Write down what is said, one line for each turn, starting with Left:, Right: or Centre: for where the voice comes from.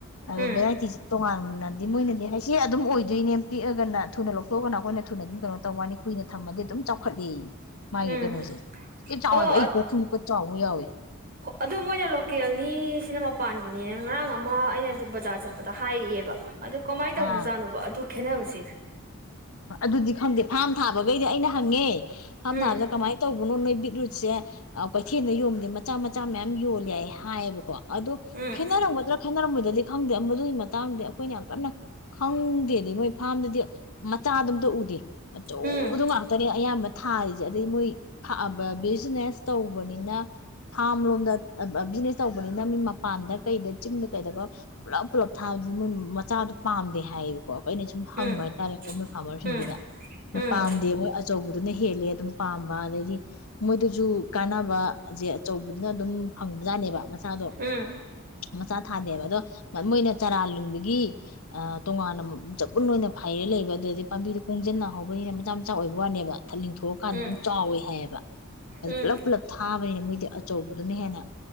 Left: ꯑꯗꯣ
Right: ꯎꯝ ꯎꯝ
Left: ꯚꯦꯔꯥꯏꯇꯤꯁꯦ ꯇꯣꯉꯥꯟꯅꯗꯤ ꯃꯣꯏꯅꯗꯤ ꯍꯥꯏꯁꯦ ꯑꯗꯨꯝ ꯑꯣꯏꯗꯣꯏꯅꯦ ꯄꯤꯛꯑꯒꯅ ꯊꯨꯅ ꯂꯧꯊꯣꯛꯑꯒꯅ ꯑꯩꯈꯣꯏꯅ ꯊꯨꯅ ꯑꯗꯨꯝ ꯀꯩꯅꯣ ꯇꯧꯧꯕꯅꯤ ꯀꯨꯏꯅ ꯊꯝꯃꯗꯤ ꯑꯗꯨꯝ ꯆꯥꯎꯈꯠꯂ ꯃꯥꯒꯤ
Right: ꯎꯝ
Left: ꯀꯩꯅꯣꯁꯦ ꯌꯥꯝ ꯆꯥꯎꯋꯦꯕ
Right: ꯑꯣ
Left: ꯑꯩ ꯀꯣꯛꯁꯨꯃꯨꯛꯀ ꯆꯥꯎꯕ ꯌꯥꯎꯏ
Right: ꯑꯗꯨ ꯃꯣꯏꯅ ꯂꯣꯀꯦꯜꯅꯤ ꯁꯤꯅ ꯃꯄꯥꯟꯒꯤꯅꯦ ꯉꯔꯥꯡ ꯑꯃ ꯑꯩꯅ ꯑꯗꯨꯝ ꯕꯖꯥꯔ ꯆꯠꯄꯗ ꯍꯥꯏꯔꯛꯑꯦꯕ ꯑꯗꯨꯣ ꯀꯃꯥꯏꯅ ꯇꯧꯕꯖꯥꯠꯅꯣꯕ
Left: ꯑꯥ
Right: ꯑꯗꯨ ꯈꯦꯅꯕꯨꯕꯁꯤ
Left: ꯑꯗꯨꯗꯤ ꯈꯪꯗꯦ ꯐꯥꯔꯝ ꯊꯥꯕꯈꯩꯗꯤ ꯑꯩꯅ ꯍꯪꯉꯦ ꯐꯥꯔꯝ
Right: ꯎꯝ
Left: ꯊꯥꯕꯗ ꯀꯃꯥꯏꯅ ꯇꯧꯕꯅꯣ ꯅꯣꯏ ꯕꯤꯠꯔꯨꯠ ꯁꯦ ꯀꯩꯊꯦꯜꯗ ꯌꯣꯕꯗꯤ ꯃꯆꯥ ꯃꯆꯥ ꯃꯌꯥꯝ ꯌꯣꯜꯂꯦ ꯍꯥꯏ ꯍꯥꯏꯌꯦꯕꯀꯣ ꯑꯗꯨꯣ
Right: ꯎꯝ
Left: ꯈꯦꯠꯅꯔꯝꯒꯗ꯭ꯔꯥ ꯈꯦꯠꯅꯔꯝꯃꯣꯏꯗꯗꯤ ꯈꯪꯗꯦ ꯗꯨ ꯃꯇꯥꯡꯗꯦ ꯑꯩꯈꯣꯏꯅ ꯌꯥꯝ ꯀꯟꯅ ꯈꯪꯗꯦꯗꯤ ꯃꯣꯏ ꯐꯥꯝꯗꯗꯤ ꯃꯆꯥꯗꯣ ꯑꯝꯇ ꯎꯗꯦ ꯑꯆꯧꯕꯗꯣ
Right: ꯎꯝ
Left: ꯉꯥꯛꯇꯅꯦ ꯑꯌꯥꯝꯕ ꯊꯥꯔꯤꯁꯦ ꯑꯗꯩ ꯃꯣꯏ ꯕꯤꯖꯤꯅꯦꯁ ꯇꯧꯕꯅꯤꯅ ꯐꯥꯝ ꯂꯣꯝꯗ ꯕꯤꯖꯤꯅꯦꯁ ꯇꯧꯕꯅꯤꯅ ꯃꯤ ꯃꯄꯥꯟꯗ ꯀꯩꯗ ꯆꯤꯡꯗ ꯀꯩꯗꯒ ꯄꯨꯜꯂꯞ ꯄꯨꯜꯂꯞ ꯊꯥꯕꯕꯁꯤ ꯃꯣꯏ ꯃꯆꯥꯗꯣ ꯄꯥꯝꯗꯦ ꯍꯥꯏꯌꯦꯕꯀꯣ ꯑꯩꯅ ꯁꯨꯝ ꯍꯪꯕ
Right: ꯎꯝ
Left: ꯍꯥꯏꯇꯥꯔꯦꯀ ꯃꯣꯏ ꯐꯥꯔꯃꯔꯁꯤꯡꯗꯨꯗ
Right: ꯎꯝ ꯎꯝ
Left: ꯄꯥꯝꯗꯦ ꯃꯣꯏ ꯑꯆꯧꯕꯗꯨꯅ ꯍꯦꯜꯂꯦ ꯑꯗꯨꯝ ꯄꯥꯝꯕ ꯑꯗꯩꯗꯤ ꯃꯣꯏꯗꯨꯁꯨ ꯀꯥꯟꯅꯕꯁꯦ ꯑꯆꯧꯕꯗꯨꯅ ꯑꯗꯨꯝ ꯐꯪꯕꯖꯥꯠꯅꯦꯕ ꯃꯆꯥꯗꯣ
Right: ꯎꯝ
Left: ꯃꯆꯥ ꯊꯥꯗꯦꯕ ꯑꯗꯣ ꯃꯣꯏꯅ ꯆꯔꯥ ꯂꯤꯡꯕꯒꯤ ꯑ ꯇꯣꯉꯥꯟꯅ ꯆꯕꯨꯟ ꯑꯣꯏꯅ ꯐꯩꯔꯦ ꯂꯩꯕ ꯑꯗꯨꯗꯤ ꯄꯥꯝꯕꯤꯗꯨꯣ ꯀꯣꯡꯁꯤꯟꯅ ꯍꯧꯕꯅꯤꯅ ꯃꯆꯥ ꯃꯆꯥ ꯑꯣꯏꯕ ꯋꯥꯅꯦꯕ ꯂꯤꯡꯊꯣꯛꯑꯀꯥꯟꯗ
Right: ꯎꯝ
Left: ꯑꯗꯨꯝ ꯆꯥꯎꯋꯦ ꯍꯥꯏꯌꯦꯕ ꯑꯗꯨꯗ
Right: ꯎꯝ
Left: ꯄꯨꯜꯂꯞ ꯄꯨꯜꯂꯞ ꯊꯥꯕꯅꯤꯅ ꯃꯣꯏꯗꯤ ꯑꯆꯧꯕꯗꯨꯅ ꯍꯦꯟꯅ